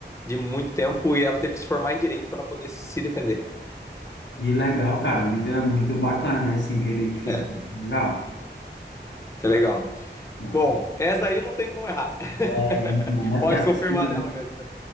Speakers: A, on the left (about 15°); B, on the left (about 80°).
A: de muito tempo e ela teve que se formar em direito para poder se defender.
B: e legal, cara, muito, muito bacana, né, esse enredo aí que fizemos.
A: É,
B: Legal?
A: isso
B: Tá,
A: é legal.
B: bacana.
A: Bom, essa aí não tem como errar. <laughs>
B: É, Ainda mais
A: Pode
B: que assistir,
A: confirmar
B: né?
A: nela mesmo.